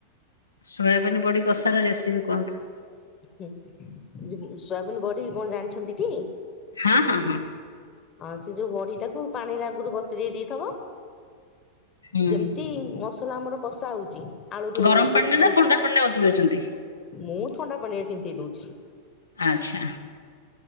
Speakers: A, on the left (about 75°); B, on the left (about 30°).
A: ସୋୟାବିନ ବଡିି କଷାର ରେସିପି କୁହନ୍ତୁ
B: ହଁ ସୋୟାବିନ ବଢି କଣ ଜାଣିଛନ୍ତି ଟି
A: ହଁ ହଁ ହଁ
B: ହଁ ସେ ଯୋଉ ବଢ଼ି ଟାକୁ ପାଣିରେ ଆଗରୁ ବତୁର ଦେଇଥବ
A: ହୁଁ।
B: ଯେମିତି ମସଲା ଆମର କଷା ହଉଚି ଆଳୁଠୁ
A: ଗରମ
B: ଟିକେ
A: ପାଣିରେ
B: ସିଝେଇ
A: ନା ଥଣ୍ଡା ପାଣିରେ ବତୁରଉଛନ୍ତି?
B: ମୁଁ ଥଣ୍ଡା ପାଣିରେ ତିନ୍ତେଇ ଦଉଛି
A: ଆଚ୍ଛା